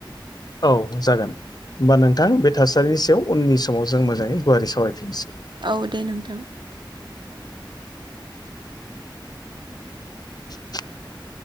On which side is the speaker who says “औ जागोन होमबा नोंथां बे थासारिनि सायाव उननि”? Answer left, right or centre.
Left